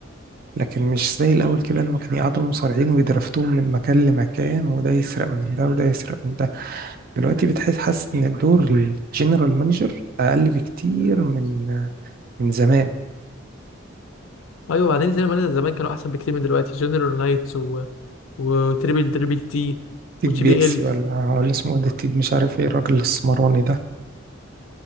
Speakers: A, on the right (about 45°); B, on the left (about 70°).
A: لكن مش زي الأول كده لما كانوا يقعدوا المصارعين ويدرفتوهم من مكان لمكان وده يسرق من ده وده يسرق من ده دلوقتي بتحس حاسس إن دور الجنرال مانجر أقل بكتير من من زمان
B: ايوه بعدين زي ما قلنا زمان كانوا احسن بكتير من دلوقتي جنرال نايتس و... وتريبل دريبل تي
A: تيد
B: وجي
A: بياسي
B: بي ال
A: ولا ولا اسمه إيه ده تيد مش عارف ايه الراجل السمراني ده